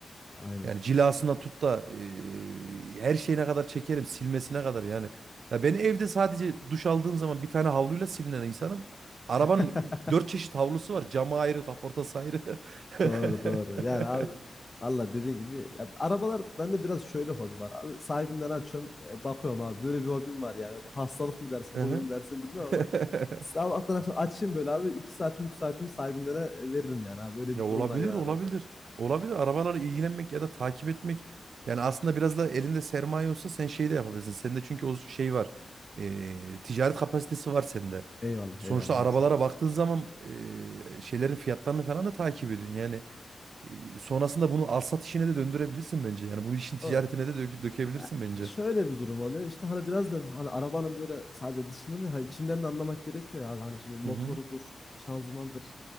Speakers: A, on the left; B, on the right.
A: Aynen.
B: Yani cilasına tut da e, her şeyine kadar çekerim, silmesine kadar yani. Ya ben evde sadece duş aldığım zaman bir tane havluyla silinen insanım. Arabanın
A: <laughs>
B: ü- dört çeşit havlusu var. Camı ayrı, kaportası ayrı.
A: Doğru doğru.
B: <laughs>
A: Yani abi valla dediğin gibi ya, arabalar bende biraz şöyle hobi var abi. Sahibinden açıyorum e, bakıyorum abi böyle bir hobim var yani. Hastalık mı dersin
B: Aha.
A: hobi mi dersin bilmem
B: <laughs>
A: ama sabahtan akşam açayım böyle abi 2 saatimi 3 saatimi sahibinden veririm yani abi. Böyle
B: Ya
A: bir durum
B: olabilir,
A: var yani
B: olabilir.
A: arabalarda.
B: Olabilir. Arabalarla ilgilenmek ya da takip etmek. Yani aslında biraz da elinde sermaye olsa sen şey de yapabilirsin. Sende çünkü o şey var. Ee, ticaret kapasitesi var sende.
A: Eyvallah
B: Sonuçta
A: eyvallah
B: arabalara
A: abi sağ olasın.
B: baktığın zaman ee, şeylerin fiyatlarını falan da takip ediyorsun. Yani ee, sonrasında bunu alsat işine de döndürebilirsin bence. Yani bu işin ticaretine
A: Doğru.
B: de döke- dökebilirsin
A: Ya,
B: bence.
A: şöyle bir durum oluyor. İşte hani biraz da hani arabanın böyle sadece dışında değil, hani içinden de anlamak gerekiyor ya abi. Hani şimdi motorudur,
B: Hı hı.
A: şanzımandır.